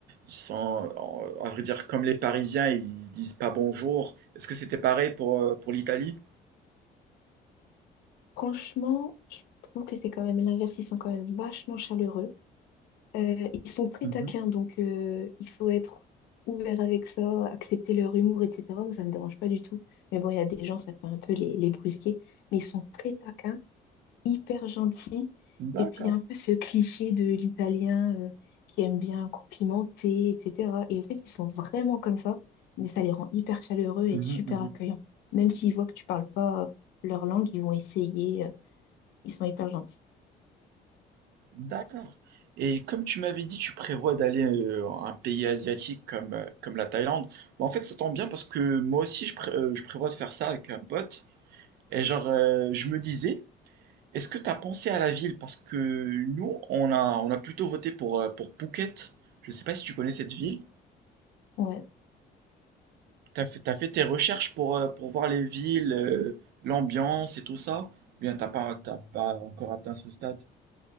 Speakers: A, on the right; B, on the left.
A: ils sont, euh, à vrai dire, comme les Parisiens, ils disent pas bonjour. Est-ce que c'était pareil pour, euh, pour l'Italie?
B: Franchement, je trouve que c'est quand même l'inverse. Ils sont quand même vachement chaleureux. Euh, ils sont très
A: Mhm.
B: taquins, donc euh, il faut être ouvert avec ça, accepter leur humour, etc. Moi, ça me dérange pas du tout. Mais bon, il y a des gens, ça peut un peu les, les brusquer. Mais ils sont très taquins, hyper gentils.
A: D'accord.
B: Et puis, il y a un peu ce cliché de l'italien euh, qui aime bien complimenter, etc. Et en fait, ils sont vraiment comme ça, mais ça les rend hyper chaleureux et
A: Mhm,
B: super
A: mhm.
B: accueillants. Même s'ils voient que tu parles pas leur langue, ils vont essayer. euh, Ils sont hyper gentils.
A: D'accord. Et comme tu m'avais dit, tu prévois d'aller euh, à un pays asiatique comme, euh, comme la Thaïlande. Bah, en fait, ça tombe bien parce que moi aussi, je, pré- euh, je prévois de faire ça avec un pote. Et genre, euh, je me disais, Est-ce que tu as pensé à la ville? Parce que nous, on a, on a plutôt voté pour, euh, pour Phuket. Je ne sais pas si tu connais cette ville.
B: Ouais.
A: T'as fait, t'as fait tes recherches pour, euh, pour voir les villes, euh, l'ambiance et tout ça? Ou bien t'as pas, t'as pas encore atteint ce stade?